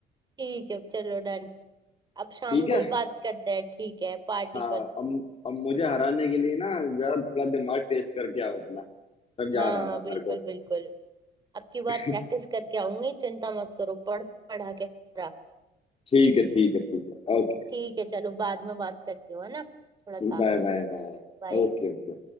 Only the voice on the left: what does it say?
ठीक
है
हाँ
अब अब मुझे हराने के लिए ना जरा थोड़ा दिमाग टेस्ट करके आओ अपना। तब जा
रहा
ना
मेरे को
<laughs>
ठीक है ठीक है ठीक है okay
Bye
bye bye
Okay okay